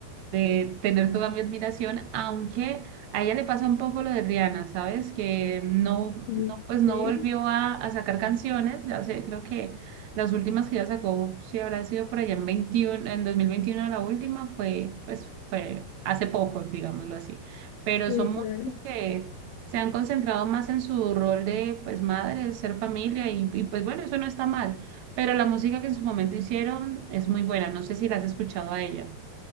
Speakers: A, on the right (about 70°); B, on the left (about 80°).
A: de tener toda mi admiración, aunque a ella le pasa un poco lo de Rihanna, ¿sabes? Que no,
B: Mm,
A: no pues no
B: Sí,
A: volvió a, a sacar canciones, ya sé, creo que las últimas que ya sacó, si habrá sido por allá en 21, en 2021 la última fue, pues fue hace poco, digámoslo así, pero
B: sí,
A: son muchas
B: claro.
A: que se han concentrado más en su rol de, pues, madre, ser familia y, y pues bueno, eso no está mal, pero la música que en su momento hicieron es muy buena, no sé si la has escuchado a ella.